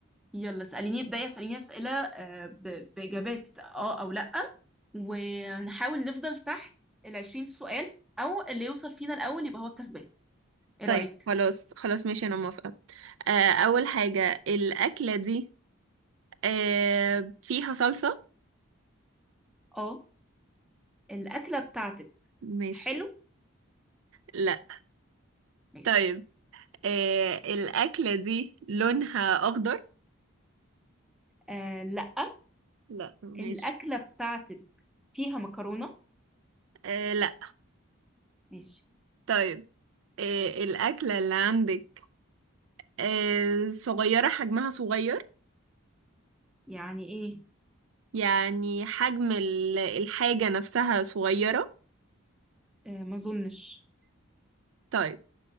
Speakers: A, in the centre; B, on the right (about 65°).
A: يلا اسأليني ابدأي اسأليني أسئلة آه، ب- بإجابات اه أو لأ ونحاول نفضل تحت العشرين سؤال أو اللي يوصل فينا الأول يبقى هو الكسبان ايه
B: طيب
A: رأيك
B: خلاص خلاص ماشي انا موافقه آه، اول حاجة الاكلة دي آه، فيها صلصة
A: اه الأكلة بتاعتك
B: ماشي
A: حلو
B: لا
A: ماشي
B: طيب آه، الاكلة دي لونها اخضر
A: آه لأ
B: لا ماشي
A: الأكلة بتاعتك فيها مكرونة
B: آه، لا
A: ماشي
B: طيب آه، الاكلة اللي عندك آه، صغيرة حجمها صغير
A: يعني ايه
B: يعني حجم ال- الحاجة نفسها صغيرة
A: آه ما اظنش
B: طيب